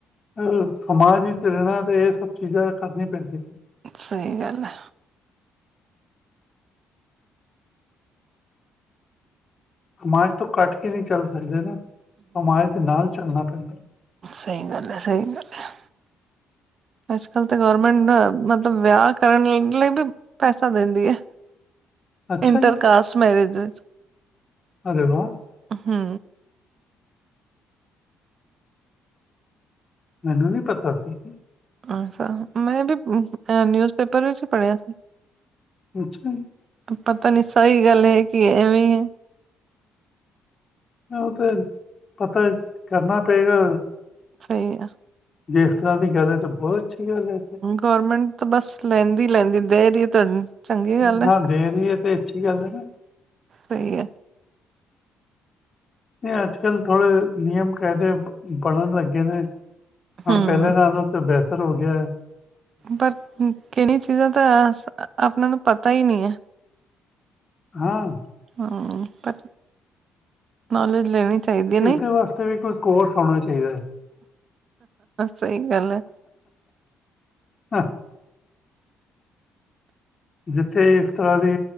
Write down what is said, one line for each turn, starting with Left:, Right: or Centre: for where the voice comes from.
Left: ਅ ਸਮਾਜ ਵਿੱਚ ਰੈਣਾ ਤੇ ਏ ਸਭ ਚੀਜ਼ਾਂ ਕਰਨੀਆਂ ਪੈਂਦੀਆਂ ਨੇ।
Right: ਸਈ ਗੱਲ ਆ।
Left: ਸਮਾਜ਼ ਤੋਂ ਕੱਟ ਕੇ ਨੀ ਚੱਲ ਸਕਦੇ ਨਾ ਸਮਾਜ ਦੇ ਨਾਲ ਚੱਲਣਾ ਪੈਂਦਾ।
Right: ਸਈ ਗੱਲ ਆ ਸਈ ਗੱਲ ਆ। ਅੱਜਕਲ ਤਾਂ ਗੌਰਮੈਂਟ ਨਾ ਮਤਲਬ ਵਿਆਹ ਕਰਨ ਲਈ <unintelligible> ਪੈਸਾ ਦਿੰਦੀ ਐ।
Left: ਅੱਛਾ
Right: ਇੰਟਰਕਾਸਟ
Left: ਜੀ,
Right: ਮੈਰਿਜ ਵਿੱਚ।
Left: ਅਰੇ ਵਾਹ
Right: ਹੂੰ।
Left: ਮੈਨੂੰ ਨੀ ਪਤਾ ਸੀ।
Right: ਅੱਛਾ ਮੈਂ ਵੀ ਅ ਨਿਊਜ਼ ਪੇਪਰ ਵਿੱਚ ਈ ਪੜ੍ਹਿਆ ਸੀ।
Left: ਅੱਛਾ।
Right: ਪਤਾ ਨੀ ਸਈ ਗੱਲ ਐ ਕੀ ਐਵੇਂ ਈ ਐ।
Left: ਓ ਤੇ ਪਤਾ ਕਰਨਾ ਪਏਗਾ।
Right: ਸਈ ਆ।
Left: ਜੇ ਇਸ ਤਰ੍ਹਾਂ ਦੀ ਗੱਲ ਐ ਤਾਂ ਬੋ ਅੱਛੀ ਗੱਲ ਐ।
Right: ਗਵਰਮੈਂਟ ਤਾਂ ਬਸ ਲੈਂਦੀ-ਲੈਂਦੀ ਦੇ ਰੀਏ ਤੁਹਾਨੂੰ ਚੰਗੀ ਗੱਲ
Left: ਹਾਂ,
Right: ਐ
Left: ਦੇ ਰਹੀ ਹੈ ਤੇ ਅੱਛੀ ਗੱਲ ਹੈ ਨਾ।
Right: ਸਈ ਐ।
Left: ਏ ਅੱਜ ਕੱਲ੍ਹ ਥੋੜੇ ਨਿਯਮ ਕਾਇਦੇ ਬਣਨ ਲੱਗੇ ਨੇ ਹੁਣ
Right: ਹੂੰ
Left: ਪੈਲੇ ਨਾਲੋਂ ਤਾਂ ਬਿਹਤਰ ਹੋ ਗਿਐ।
Right: ਪਰ ਕੇੜੀਆਂ ਚੀਜ਼ਾਂ ਤਾਂ ਆਪਣਾ ਨੂੰ ਪਤਾ ਈ ਨੀ ਐ।
Left: ਹਾਂ।
Right: ਹਾਂ ਪਰ ਨੌਲੇਜ ਲੈਣੀ ਚਾਹੀਦੀ ਹੈ ਨਹੀਂ
Left: ਇਸਦੇ ਵਾਸਤੇ ਵੀ ਕੋਈ ਕੋਰਸ ਹੋਣਾ ਚਾਹੀਦੈ।
Right: ਸਈ ਗੱਲ ਐ।
Left: ਹਾਂ, ਜਿੱਥੇ ਇਸ ਤਰ੍ਹਾਂ ਦੀ